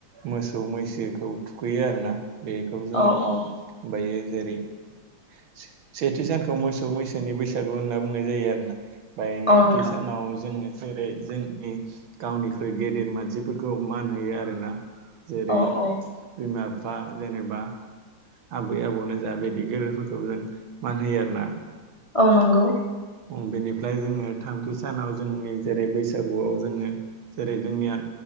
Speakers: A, on the right; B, on the left.
A: मोसौ- मैसोखौ थुखैयो आरोना। बेखौ जोङो
B: औ औ
A: ओमफायो जेरै से-सेथि सानखौ मोसौ- मैसोनि बैसागु होनना बुंनाय जायो आरोना। ओमफ्राय
B: औ
A: नैथि
B: नोंथां
A: सानाव जोङो जेरै जोंनि गावनिख्रुइ गेदेर मानसिफोरखौ <unintelligible> मान होयो आरोना। जेरै
B: औ औ
A: बिमा बिफा जेनेबा आबै-आबौनो जा बिदि गोदोफोरखौ जों मान होयो आर ना।
B: औ नंगौ।
A: <unintelligible> बेनिफ्राय जोङो थामथि सानाव जोंनि जेरै बैसागुआव जोङो जेरै जोंनिया